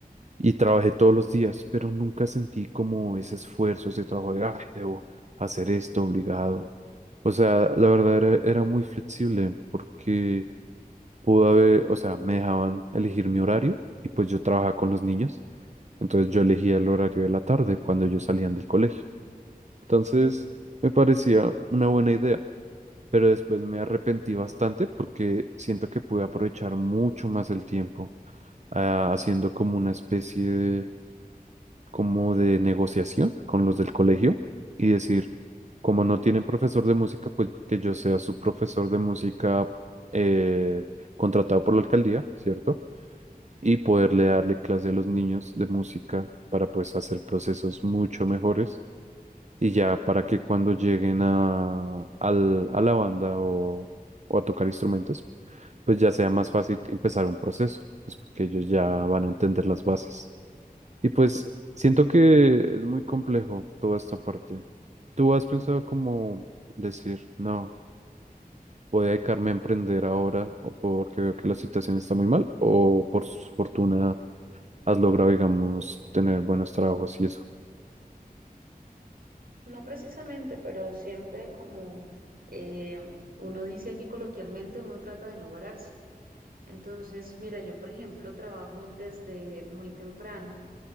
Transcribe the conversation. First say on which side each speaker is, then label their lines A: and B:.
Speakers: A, on the right; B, on the right.
A: y trabajé todos los días, pero nunca sentí como ese esfuerzo, ese trabajo de, ay, debo hacer esto obligado. O sea, la verdad era, era muy flexible porque pudo haber, o sea, me dejaban elegir mi horario y pues yo trabajaba con los niños, entonces yo elegía el horario de la tarde cuando ellos salían del colegio. Entonces, me parecía una buena idea, pero después me arrepentí bastante porque siento que pude aprovechar mucho más el tiempo, ah, haciendo como una especie de como de negociación con los del colegio y decir, como no tienen profesor de música, pues que yo sea su profesor de música eh, contratado por la alcaldía, ¿cierto? Y poderle darle clase a los niños de música para pues hacer procesos mucho mejores y ya para que cuando lleguen a, al- a la banda o, o a tocar instrumentos, pues ya sea más fácil empezar un proceso, pues porque ellos ya van a entender las bases. Y pues siento que es muy complejo toda esta parte. ¿Tú has pensado como decir, no, voy a dedicarme a emprender ahora o porque veo que la situación está muy mal o por su fortuna has logrado, digamos, tener buenos trabajos y eso?
B: No precisamente, pero siempre como eh, uno dice aquí coloquialmente, uno trata de no vararse. Entonces, mira, yo por ejemplo trabajo desde muy temprano